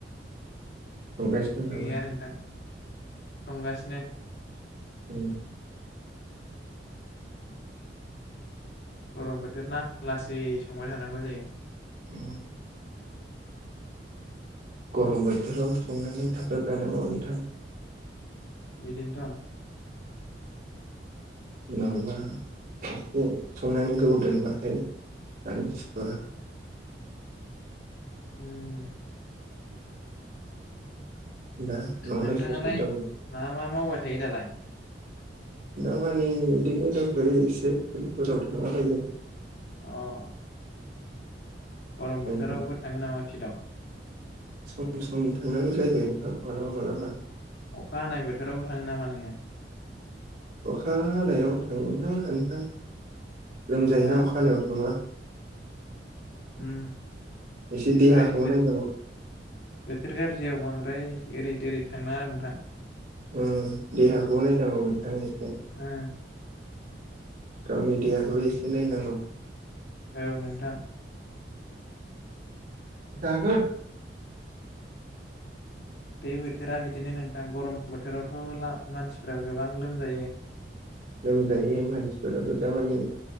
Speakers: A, on the right; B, on the left.
A: संगासिनो
B: ओंख्रि
A: दं नामा
B: गैया नोंथां संगासिनो
A: ओम
B: गरम बोथोर ना लासै संबाय थानांगौ जायो
A: <inaudible> गरम बोथोराव संनानै थाब थाब जानांगौ नोंथां
B: बिदिनो थन
A: नङाबा एसे संनानै गोबाव दोनबाथाय जानो सुखुवा
B: होम
A: दा न'आवलाय
B: नोंथाङालाय
A: सोर सोर दङ
B: मा मा मावबाय थायो दालाय
A: दामानि बिदिनो दंथ'यो एसे फिल्तफोराव थांला बायदों
B: अह गरम
A: नोंथां
B: बोथोरावबो थाङो नामा फिल्डआव
A: सम सम थांनांगौ जायो नोंथां मालाबा मालाबा
B: अखा हानाय बोथोरावबो थाङो नामा नोङो
A: अखा हानायाव थाङा नोंथां लोमजायोना
B: हा
A: अखा हानायाव थांबा
B: ओम
A: एसे
B: बेफोरबायदि
A: देहाखौ
B: बोथोर
A: नायनांगौ
B: गाज्रियाव बांद्राय ओरै ओरै थांनााङा नोंथां
A: ओम देहाखौ नायनांगौ नोंथां
B: ओ
A: गावनि देहाखौ एसे नायनांगौ
B: औ नोंथां
A: जागोर
B: बे बोथोरा बिदिनो नोंथां गरम बोथोरावथ' ला मानसिफ्रा गोबां लोमजायो
A: लोमजायो मानसिफोराबो दामानि